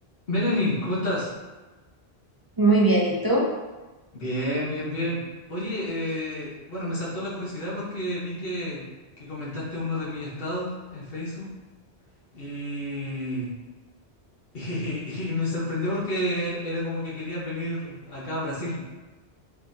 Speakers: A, on the left (about 60°); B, on the right (about 40°).
A: Melanie, ¿cómo estás?
B: Muy bien, ¿y tú?
A: Bien, bien, bien. Oye, eh, bueno, me saltó la curiosidad porque vi que, que comentaste uno de mis estados en Facebook y, <laughs> y, me sorprendió porque era, era como que querías venir acá a Brasil.